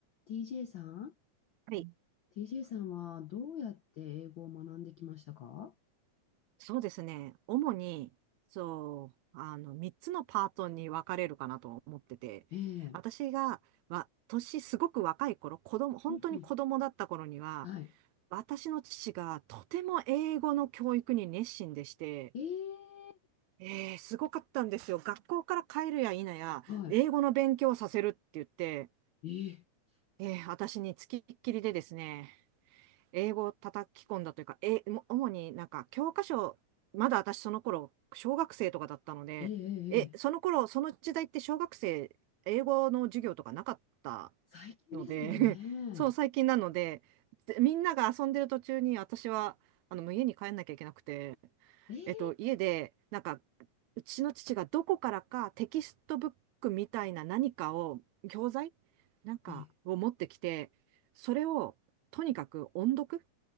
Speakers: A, on the left; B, on the right.
A: TJ さん
B: はい、
A: ?TJ さんはどうやって英語を学んできましたか
B: そうですね。主に、そう、あの、3つのパートに分かれるかなと思ってて、
A: ええ。
B: 私が、わ、年すごく若い頃、子供、本当に子供だった頃には、
A: うんうん。はい。
B: 私の父がとても英語の教育に熱心でして、
A: ええ。
B: えー、すごかったんですよ。学校から帰るや否や、
A: はい。
B: 英語の勉強をさせるって言って、
A: ええ。
B: えー、私につきっきりでですね、英語を叩き込んだというか、え、も主になんか教科書、まだ私その頃、小学生とかだったので、
A: ええ。
B: え、その頃、
A: ええ
B: その時代って小学生、英語の授業とかなかった
A: 最近ですもんね。
B: ので、<laughs> そう、最近なので、でみんなが遊んでる途中に私は、あの、もう家に帰んなきゃいけなくて、
A: ええ。
B: えっと、家で、なんか、うちの父がどこからかテキストブックみたいな何かを、教材なんかを持ってきて、
A: ええ。
B: それをとにかく音読